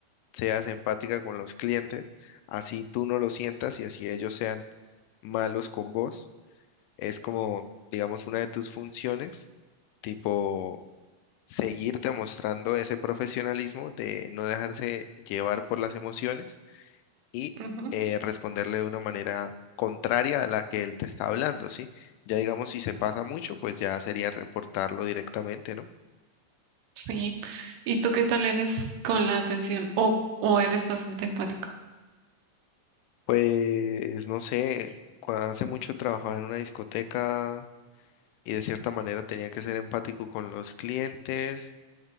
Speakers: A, on the left (about 85°); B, on the right (about 85°).
A: seas empática con los clientes, así tú no lo sientas y así ellos sean malos con vos. Es como, digamos, una de tus funciones, tipo seguirte mostrando ese profesionalismo de no dejarse llevar por las emociones y
B: ujú.
A: eh, responderle de una manera contraria a la que él te está hablando, ¿sí? Ya digamos, si se pasa mucho, pues ya sería reportarlo directamente, ¿no?
B: Sí. ¿Y tú qué tal eres con la atención? O, o eres bastante empático.
A: Pues no sé, cuando hace mucho trabajaba en una discoteca y de cierta manera tenía que ser empático con los clientes,